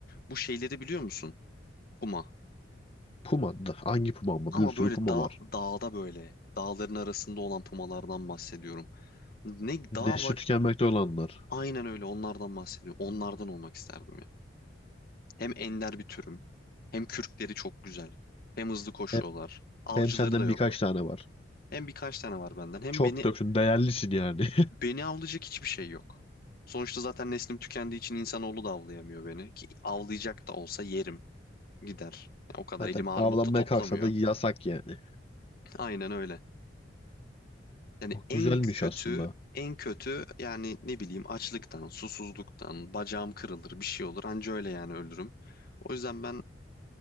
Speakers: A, on the left (about 50°); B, on the left (about 30°).
A: Bu şeyleri biliyor musun? Puma.
B: Puma da. Hangi puma ama?
A: Ama
B: Bir sürü
A: böyle
B: puma
A: dağ,
B: var.
A: dağda böyle dağların arasında olan pumalardan bahsediyorum. Ne dağ
B: Nesli
A: var?
B: tükenmekte olanlar.
A: Aynen öyle onlardan bahsediyorum. Onlardan olmak isterdim ya. Hem ender bir türüm. Hem kürkleri çok güzel. Hem hızlı koşuyorlar.
B: Hep,
A: Avcıları
B: hem senden
A: da yok.
B: birkaç tane var.
A: Hem birkaç tane var benden. Hem
B: Çok
A: beni
B: da değerlisin yani.
A: Beni avlayacak hiçbir şey yok. Sonuçta zaten neslim tükendiği için insanoğlu da avlayamıyor beni. Ki avlayacak da olsa yerim. Gider.
B: <laughs>
A: Ya o kadar
B: Zaten
A: elimi armut
B: avlanmaya
A: da toplamıyor.
B: kalksa da yasak yani.
A: Aynen öyle. Yani
B: Çok
A: en
B: güzelmiş
A: kötü,
B: aslında.
A: en kötü yani ne bileyim açlıktan, susuzluktan, bacağım kırılır, bir şey olur. Anca öyle yani ölürüm. O yüzden ben